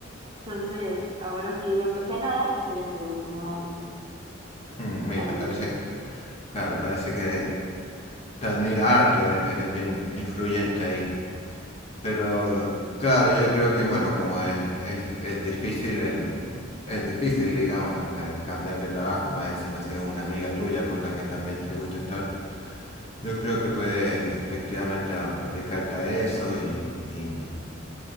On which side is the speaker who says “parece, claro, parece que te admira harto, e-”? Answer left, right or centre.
Left